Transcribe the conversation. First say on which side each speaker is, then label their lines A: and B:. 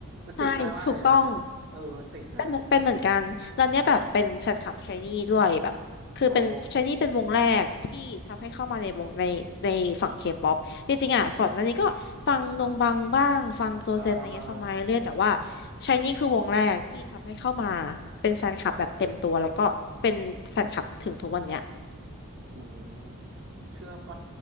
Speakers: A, on the right; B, on the left.
A: มันติดหน้ามากเลยนะ
B: ใช่ถูกต้อง
A: เออมันติดนะ
B: เป็นเหมือนเป็นเหมือนกันแล้วเนี่ยแบบเป็นแฟนคลับชายนี่ด้วยแบบคือเป็นชายนี่เป็นวงแรกที่ทำให้เข้ามาในวงในในฝั่งเคป๊อปจริงๆอ่ะก่อนหน้านี้ก็ฟังดงบังบ้างฟังเกิร์ลเซนอะไรเงี้ยฟังมาเรื่อยๆแต่ว่า
A: อ๋ออ่าฮะ
B: ชายนี่คือวงแรกที่ทำให้เข้ามาเป็นแฟนคลับแบบเต็มตัวแล้วก็เป็นแฟนคลับถึงทุกวันเนี้ย
A: โอ้เชื่อปะ